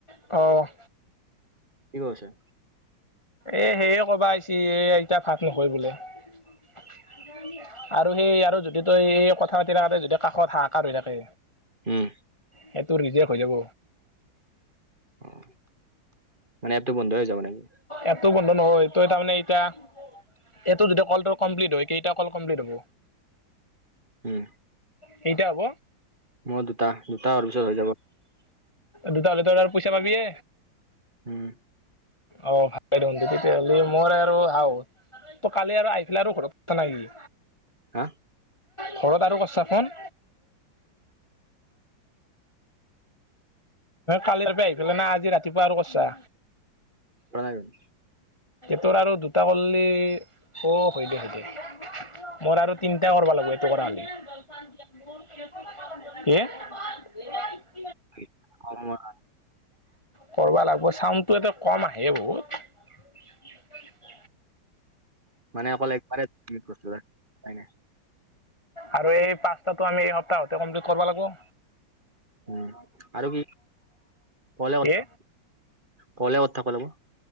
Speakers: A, on the left; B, on the right.
A: অ'!
B: কি কৰিছে?
A: এ, সেয়ে ক'ৰবা আহিছি, এতিয়া ভাত নাখায় বোলে৷ আৰু সেই, আৰু যদি তই, এই কথা পাতি থাকোঁতে, যদি কাষত, হাহাঁকাৰ হৈ থাকে।
B: উম।
A: সেইটো নিজে হৈ যাব৷
B: উম, মানে এপটো বন্ধ হৈ যাব নেকি?
A: এপটো বন্ধ নহয়, তই তাৰমানে এতিয়া, এইটো যদি কলটো কমপ্লিট হয়, কেইটা কল কমপ্লিট হ'ব?
B: উম,
A: কেইটা হ'ব
B: মোৰ দুটা, দুটা হোৱাৰ পিছত, হৈ যাব৷
A: দুটা হ'লেটো আৰু পইচা পাবিয়ে?
B: উম।
A: অ'! ভালপাই দেখোন। তেতিয়াহ'লে, মোৰ আৰু <unintelligible> তই কালি আৰু আহি পেলে আৰু ঘৰত থাকা নাই, নেকি?
B: হা?
A: ঘৰত আৰু <unintelligible> নহয়, কালিৰ পৰা আহি পেলে, না আজি ৰাতিপুৱা আৰু কৰিছা?
B: <unintelligible>
A: তোৰ আৰু দুটা কৰলি, অ'! হৈ যাব, দিয়া। মোৰ আৰু তিনটা ক'ৰব লাগব, এইটো কৰা হ'লে৷ <unintelligible>
B: <unintelligible>
A: কৰবা লাগিব, চাউণ্ডটো এটে কম আহে বহুত৷ <inaudible>
B: মানে অকল একবাৰে উপায় নাই।
A: আৰু এই পাঁচটাটো আমি এসপ্তাহতে কমপ্লিট কৰিব লাগব৷
B: উম' আৰু কি? কলে
A: কি
B: অট- কলে অতথ কলেব।